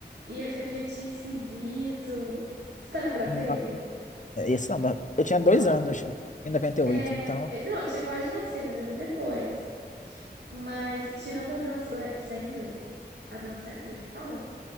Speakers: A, on the right; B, on the left.
A: e ele tem um jeitinho esquisito. Você tá lembrado
B: não,
A: dele?
B: esse não, não. eu tinha dois
A: É um.
B: anos em 98
A: É,
B: então
A: é- não, eu tinha acabado de nascer, mas eu vi depois. Mas, tirando a Dan Sle- Sandler, a Dan Sandler que fala?